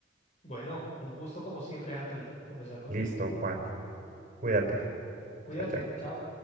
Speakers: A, on the left; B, on the right.
A: Bueno, un gusto como siempre, Anthony, conversar contigo.
B: Listo, Juan. Cuídate.
A: Cuídate,
B: Chao, chao.
A: chao.